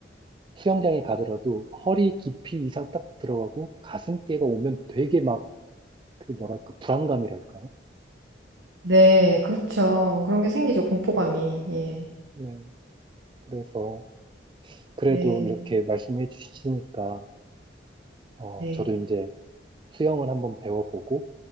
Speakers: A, on the right (about 25°); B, on the right (about 85°).
A: 수영장에 가더라도 허리 깊이 이상 딱 들어가고 가슴께가 오면 되게 막 그 뭐랄까 불안감이랄까요?
B: 네. 그렇죠. 그런 게 생기죠. 공포감이. 예.
A: 네. 그래서 그래도
B: 네.
A: 이렇게 말씀해 주시니까 어,
B: 네.
A: 저도 이제 수영을 한번 배워보고